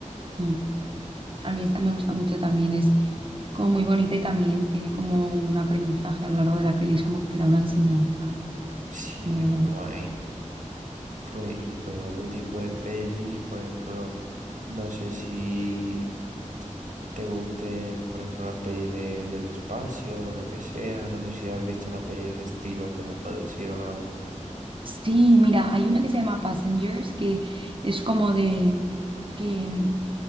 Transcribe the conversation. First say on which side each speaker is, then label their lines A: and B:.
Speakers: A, on the right (about 40°); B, on the right (about 70°).
A: Mm. A mí esta me gusta mucho también, es como muy bonita y también tiene como un aprendizaje a lo largo de la peli, es como que te da una enseñanza
B: Sí,
A: muy
B: es
A: guay.
B: muy guay. Pues, y pues otro tipo de peli, por ejemplo, no sé si te gusten, por ejemplo, las pelis de- del espacio o lo que sea. No sé si has visto una peli de ese estilo que me puedes decir o algo.
A: Sí, mira, hay una que se llama Passengers, que es como de que mm,